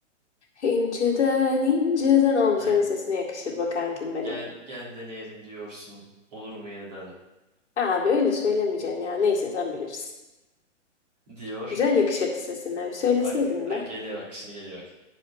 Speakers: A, on the left; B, on the right.
A: İnceden inceden ama bu
B: Aynen.
A: senin sesine yakışır be kankim benim.
B: Gel gel deneyelim diyorsun. Olur mu yeniden
A: Abi öyle söylemeyeceksin ya. Neyse sen bilirsin.
B: diyor.
A: Güzel yakışırdı sesine. Bir söyleseydin
B: Bak, ha,
A: be.
B: geliyor bak şimdi geliyor bak.